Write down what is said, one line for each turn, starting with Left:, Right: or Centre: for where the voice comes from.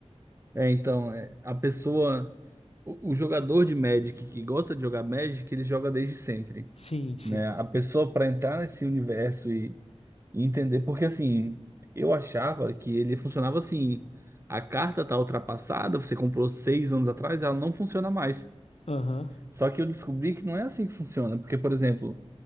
Right: é, então, é, a pessoa. O, o jogador de Magic que gosta de jogar Magic, ele joga desde sempre,
Left: Sim, sim.
Right: né? A pessoa pra entrar nesse universo e, e entender. Porque assim, eu achava que ele funcionava assim. A carta tá ultrapassada, você comprou seis anos atrás, ela não funciona mais.
Left: Aham.
Right: Só que eu descobri que não é assim que funciona. Porque, por exemplo,